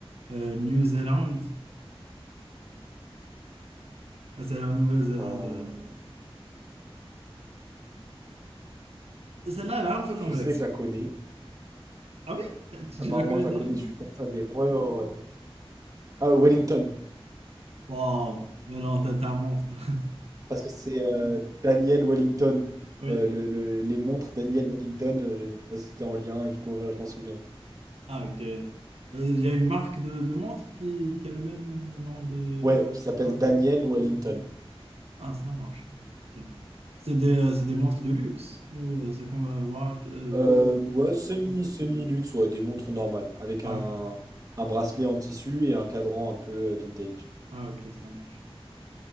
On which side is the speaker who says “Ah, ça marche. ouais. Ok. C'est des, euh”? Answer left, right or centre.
Right